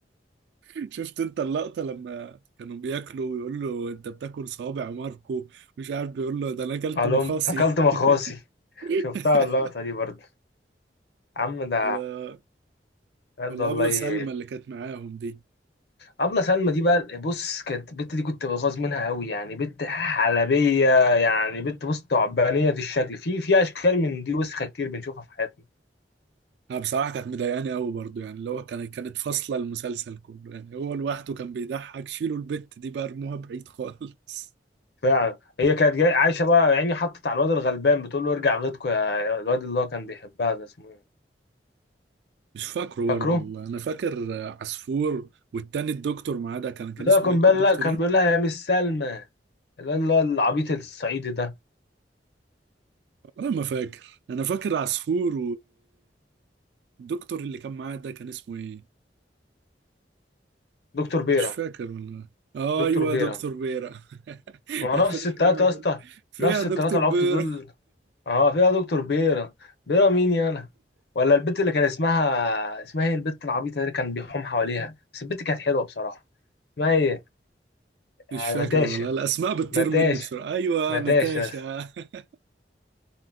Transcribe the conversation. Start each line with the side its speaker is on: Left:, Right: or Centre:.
Right: <laughs> شفت أنت اللقطة لما كانوا بياكلوا ويقول له أنت بتاكل صوابع ماركو مش عارف بيقول له ده أنا أكلت
Left: علوم
Right: مخاصي
Left: اكلت مخاصي <laughs>
Right: <laughs>
Left: شفتها اللقطة دي برضه عم ده
Right: ولا
Left: بجد
Right: ولا
Left: والله
Right: أبلة سلمى اللي كانت معاهم دي
Left: ابله سلمى دي بقى بص كانت البت دي كنت بغاظ منها قوي يعني بنت حلبية يعني بنت بص تعبانية الشكل في في اشكال من دي وسخة كتير بنشوفها في حياتنا
Right: أنا بصراحة كانت مضايقاني أوي برضه يعني اللي هو كانت كانت فاصلة المسلسل كله يعني هو لوحده كان بيضحك شيلوا البت دي بقى ارموها بعيد خالص
Left: فعلا هي كانت جاي عايشة بقى يعني حطت على الواد الغلبان بتقول له ارجع غيطكوا يا الواد اللي هو كان بيحبها ده اسمه ايه
Right: مش فاكره برضه
Left: فاكره
Right: والله أنا فاكر آه، عصفور والتاني الدكتور معاه ده كان كان
Left: اللي
Right: اسمه
Left: هو كان
Right: إيه
Left: بيقول
Right: دكتور
Left: لها كان
Right: إيه؟
Left: بيقول لها يا مس سلمى اللي هو اللي هو العبيط الصعيدي ده
Right: أنا ما فاكر أنا فاكر عصفور والدكتور اللي كان معاه ده كان اسمه إيه؟
Left: دكتور بيرم
Right: مش فاكر والله آه،
Left: دكتور
Right: أيوه
Left: بيرم
Right: يا دكتور بيرة <laughs>
Left: ما هو
Right: كان
Left: نفس
Right: كل
Left: التلاتة
Right: شوية يقعد
Left: يا اسطى
Right: يقول له فين
Left: نفس
Right: يا دكتور
Left: التلاتة العبط
Right: بيرة
Left: دول اه فيها دكتور بيرم بيرم مين يانا ولا البت اللي كان اسمها اسمها ايه البت العبيطة اللي كان بيحوم حواليها بس البت كانت حلوة بصراحة اسمها ايه
Right: مش
Left: آه،
Right: فاكر
Left: ناتاشا
Right: والله الأسماء بتطير
Left: ناتاشا
Right: مني بسرعة أيوه
Left: ناتاشا
Right: ناتاشا
Left: يا اسطى.
Right: <laughs>